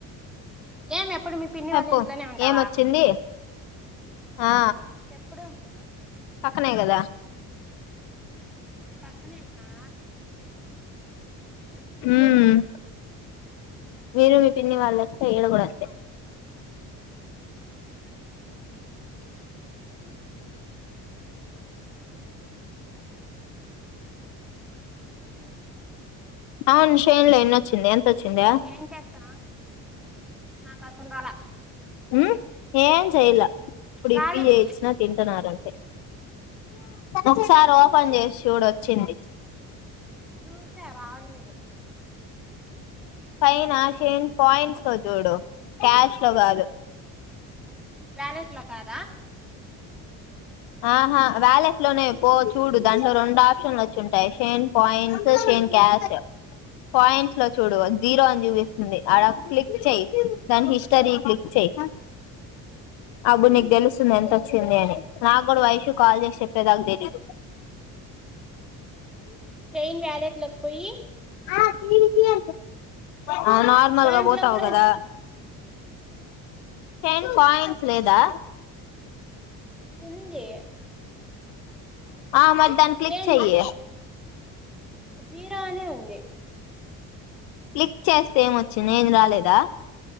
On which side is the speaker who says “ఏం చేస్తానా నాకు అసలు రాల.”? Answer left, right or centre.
Centre